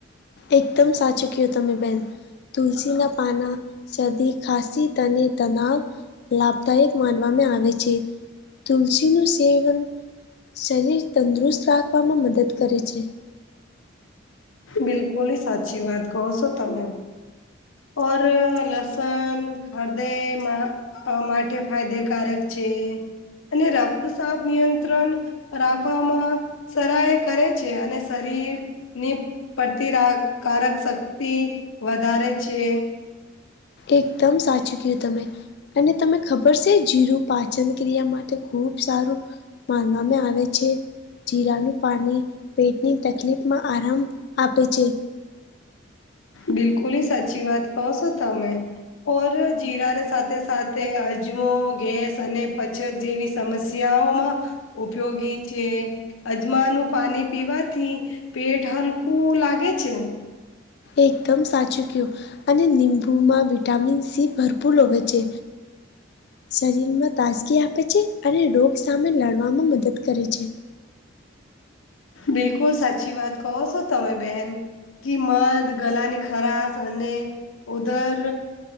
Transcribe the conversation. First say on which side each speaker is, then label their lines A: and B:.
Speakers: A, on the left; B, on the left.
A: એકદમ સાચું કીધું તમે બેહેન તુલસીના પાના શરદી ખાસી તને તનાવ લાભદાયક માનવામાં આવે છે તુલસીનું સેવન શરીર તંદુરુસ્ત રાખવામાં મદદ કરે છે
B: બિલકુલ સાચી વાત કહો છો તમે ઓર લસણ હૃદય માં અ માટે ફાયદેકારક છે અને રક્ત સાફ નિયંત્રણ રાખવામાં સરાય કરે છે અને શરીરની પ્રતિરાકારક શક્તિ વધારે છે
A: એકદમ સાચું કીધું તમે અને તમે ખબર છે જીરું પાચન ક્રિયા માટે ખૂબ સારું માનવામાં આવે છે જીરાનું પાણી પેટની તકલીફમાં આરામ આપે છે
B: બિલકુલી સાચી વાત કહો છો તમે કોર જીરા સાથે સાથે અજમો ગેસ અને પછક જેવી સમસ્યાઓમાં ઉપયોગી છે અજમાનું પાણી પીવાથી પેટ હલકું લાગે છે
A: એકદમ સાચું કયું અને નિમ્બુમાં વિટામિન સી ભરપૂર લોવે છે શરીરમાં તાજગી આપે છે અને રોગ સામે લડવામાં મદદ કરે છે
B: બિલકુલ સાચી વાત કહો છો તમે બેહેન કી મધ ગલાની ખરાશ અને ઉદર